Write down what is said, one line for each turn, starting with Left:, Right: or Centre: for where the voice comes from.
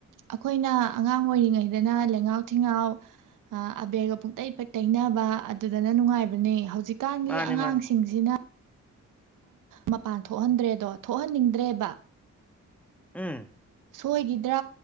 Right: ꯑꯩꯈꯣꯏꯅ ꯑꯉꯥꯡ ꯑꯣꯏꯔꯤꯉꯩꯗꯅ ꯂꯩꯉꯥꯎ ꯊꯤꯉꯥꯎ ꯑꯕꯦꯔꯒ ꯄꯨꯡꯇꯩꯩ ꯇꯩꯅꯕ ꯑꯗꯨꯗꯅ ꯅꯨꯡꯉꯥꯏꯕꯅꯦ ꯍꯧꯖꯤꯛ ꯍꯨꯀꯥꯟꯒꯤ
Centre: ꯃꯥꯅꯦ
Right: ꯑꯉꯥꯡꯁꯤꯡꯁꯤꯅ
Centre: ꯃꯥꯅꯦ
Right: ꯃꯄꯥꯟ ꯊꯣꯛꯍꯟꯗ꯭ꯔꯦꯗꯣ ꯊꯣꯛꯍꯟꯅꯤꯡꯗ꯭ꯔꯦꯕ
Centre: ꯎꯝ
Right: ꯁꯣꯏꯈꯤꯗ꯭ꯔꯥ